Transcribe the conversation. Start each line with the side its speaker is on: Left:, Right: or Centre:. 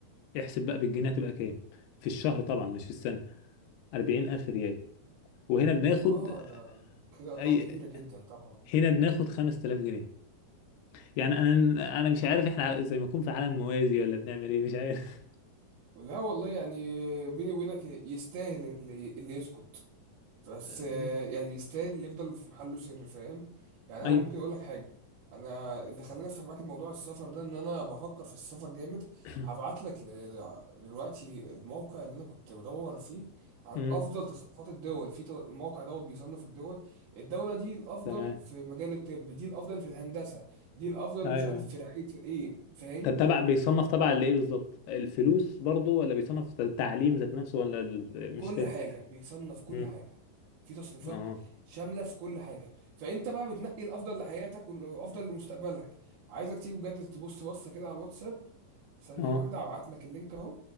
Left: احسب بقى بالجنيه هتبقى كام في الشهر طبعا مش في السنة 40 ألف ريال وهنا بناخد
Right: اه ده كده ارقام
Left: أي
Right: كبيرة جدا طبعا
Left: هنا بناخد 5000 جنيه يعني انا انا مش عارف احنا زي ما نكون في عالم موازي ولا بنعمل ايه مش عارف
Right: لا والله يعني بيني وبينك يستاهل اللي اللي يسكت بس
Left: <laughs>
Right: آه، يعني يستاهل اللي يفضل في محله سر فاهم يعني انا
Left: ايوه
Right: ممكن اقول لك حاجه انا اللي خلاني افتح معاك الموضوع السفر ده ان انا بفكر في السفر جامد
Left: <clears throat>
Right: هبعت لك آه، دلوقتي الموقع اللي انا كنت بدور فيه عن
Left: أمم،
Right: افضل تصنيفات الدول في ط- الموقع دوت بيصنف الدول الدوله دي الافضل
Left: تمام
Right: في مجال الطب دي الافضل في الهندسه دي الافضل
Left: ايوه
Right: مش عارف في رعايه ايه فاهم
Left: طب تبع بيصنف تبع لايه بالظبط الفلوس برضو ولا بيصنف ت- التعليم ذات نفسه ولا ال-
Right: كل
Left: مش فاهم
Right: حاجة بيصنف كل
Left: أمم،
Right: حاجة في تصنيفات
Left: اه
Right: شاملة في كل حاجة فأنت بقى بتنقي الأفضل لحياتك والأفضل لمستقبلك عايزك تيجي بجد تبص بصة كده على الواتساب ثانية
Left: اه
Right: واحدة هبعت لك اللينك أهو